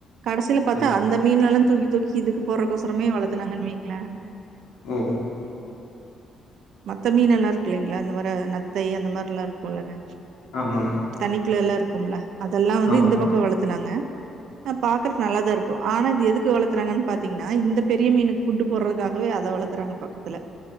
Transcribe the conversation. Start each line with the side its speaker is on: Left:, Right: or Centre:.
Right: கடைசில பாத்தா
Left: ஓ!
Right: அந்தம் மீனல்லா தூக்கி தூக்கி இதுக்கு போறக்கொசரமே வளத்தனாங்கனு வைங்கள
Left: ம்
Right: மத்த மீனல்லா இருக்கு இல்லங்களா இந்த மாரி நத்தை அந்த மாரி லா இருக்கு இல்லங்க
Left: ஆமாங்க
Right: தன்னிக்குள்ள எல்லா இருக்கும்ல அதல்லா வந்து
Left: ஆமாங்க.
Right: இந்த பக்க வளத்துனாங்க அ பாக்குறது நல்லாதா இருக்கு ஆனா இது எதுக்கு வளத்தறங்கன் பாத்தீங்கன்னா இந்த பெரிய மீனுக் ஃபுட்டு போடுறதுக்காகவே அத வளத்துறாங்க பக்கத்துல